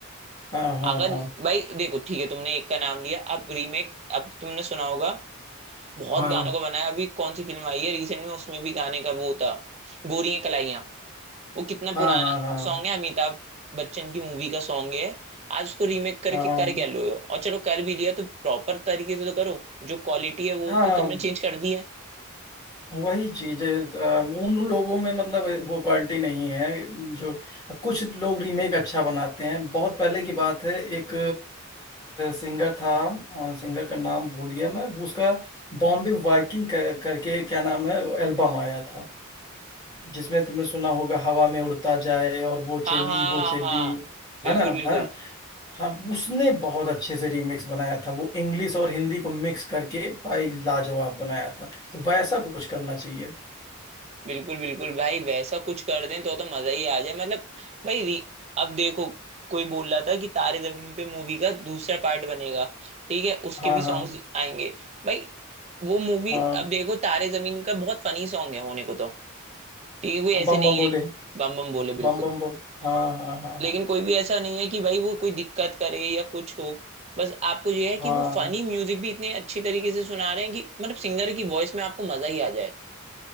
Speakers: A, on the left; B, on the right.
A: हाँ हाँ
B: अगर
A: हाँ
B: भाई देखो ठीक है तुमने एक का नाम लिया अब रीमेक अब तुमने सुना होगा बहुत
A: हाँ
B: गानों का बनाया अभी कौन सी फिल्म आई है रिसेंट में उसमें भी गाने का वो था गोरियां कलाइयां वो कितना
A: हाँ
B: पुराना
A: हाँ
B: सॉन्ग है अमिताभ बच्चन की मूवी का सॉन्ग है आज उसको रीमेक करके
A: हाँ
B: कर क्या लो हो? और चलो कर भी लिया तो प्रॉपर तरीके से तो करो जो क्वालिटी है वो
A: हाँ
B: तो
A: हाँ
B: तुमने चेंज कर दी है
A: वही चीज है अ, उन लोगों में मतलब वो क्वालिटी नहीं है जो कुछ लोग रीमेक अच्छा बनाते हैं बहुत पहले की बात है एक सिंगर था सिंगर का नाम भूल गया मैं उसका बॉम्बे वाइकिंग कर, करके क्या नाम है एल्बम आया था जिसमें तुमने सुना होगा हवा में उड़ता जाए और वो
B: हाँ
A: चली
B: हाँ
A: वो
B: हाँ
A: चली
B: हाँ बिल्कुल
A: है ना
B: बिल्कुल
A: है ना हाँ उसने बहुत अच्छे से रीमिक्स बनाया था वो इंग्लिश और हिंदी को मिक्स करके भाई लाजवाब बनाया था तो वैसा कुछ करना चाहिए
B: बिल्कुल बिल्कुल भाई वैसा कुछ कर दें तो तो मजा ही आ जाए मतलब भाई री- अब देखो कोई बोल रहा था कि तारे जमीन पे मूवी का दूसरा पार्ट बनेगा ठीक है उसके
A: हाँ
B: भी सॉन्ग्स
A: हाँ
B: आएंगे भाई वो मूवी
A: हाँ हाँ,
B: अब देखो तारे जमीन का बहुत फनी सॉन्ग है होने को तो ठीक है कोई
A: बम
B: ऐसे नहीं
A: बम बोले
B: है बम बम बोले बिल्कुल
A: बम बम बोल हाँ हाँ हाँ
B: लेकिन
A: हाँ
B: कोई भी ऐसा नहीं है कि भाई वो कोई दिक्कत करे या कुछ हो बस आपको ये है
A: हाँ
B: कि वो फनी म्यूजिक भी इतने अच्छी तरीके से सुना रहे हैं कि मतलब सिंगर की वॉइस में आपको मजा ही आ जाए